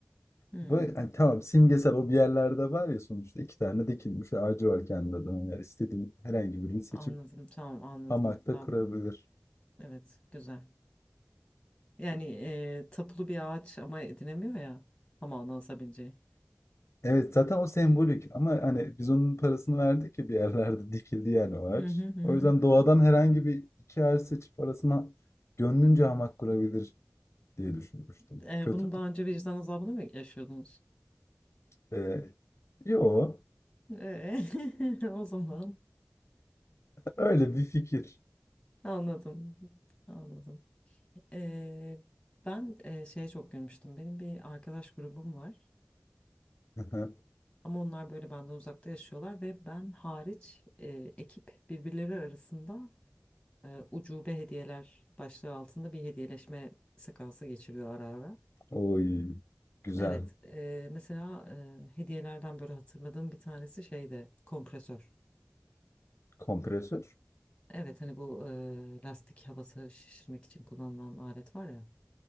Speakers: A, on the left; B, on the left.
A: Hmm,
B: Ba- Hani tamam simgesel o bir yerlerde var ya sonuçta iki tane dikilmiş ağacı var kendi adına. Yani istediğin herhangi birini seçip
A: anladım. Tamam anladım.
B: hamakta
A: Ben
B: kurabilir.
A: evet güzel. Yani eee tapulu bir ağaç ama edinemiyor ya. Ama anlasabileceği.
B: Evet zaten o sembolik ama hani biz onun parasını verdik ki bir yerlerde <laughs> dikildi yani o ağaç.
A: Hı hı hı hı.
B: O yüzden
A: hı.
B: doğadan herhangi bir iki ağaç seçip arasına gönlünce hamak kurabilir diye düşünmüştüm.
A: Eee,
B: Kötü
A: bunu
B: mü?
A: daha önce vicdan azabını mı yaşıyordunuz?
B: Ee, yo
A: Eee, <laughs> o zaman
B: öyle bir fikir.
A: anladım. Anladım. Eee, ben eee, şeye çok gülmüştüm. Benim bir arkadaş grubum var.
B: <laughs>
A: Ama onlar böyle benden uzakta yaşıyorlar ve ben hariç e, ekip birbirleri arasında e, ucube hediyeler başlığı altında bir hediyeleşme sekansı geçiriyor ara ara.
B: Oy güzel.
A: Evet, e, mesela e, hediyelerden böyle hatırladığım bir tanesi şeyde kompresör.
B: Kompresör.
A: Evet hani bu e, lastik havası şişirmek için kullanılan alet var ya.